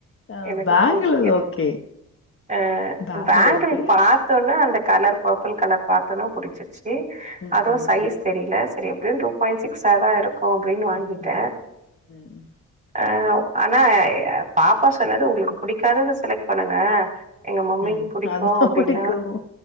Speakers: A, on the left; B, on the right.
A: ஆ
B: எனக்கு
A: பேங்கிள்
B: <unintelligible>
A: ஓகே
B: ஆஹ்
A: பேங்களூர்க்கு
B: பேங்கிள் பாத்தோன்னே அந்த கலர் பர்பிள் கலர் பாத்தோனே புடிச்சு ச்சு
A: ம்
B: அதுவு
A: ம்
B: சைஸ் தெரியல செரியா இதும் டூ பாயின்ட் சிக்ஸாதா இருக் க்கோகைன்னு வாங்கிட்டே
A: ம் ம் ம்
B: ஆஹ் ஆனா பாப்பா சொன்னது உங்களுக்கு பிடிக்காதது செலக்ட் பண்ணுங்க எங்க மம்மிக்கு
A: ம்
B: புடிக்கும்
A: அததான்
B: அப்டின்னா.
A: புடிக்கும்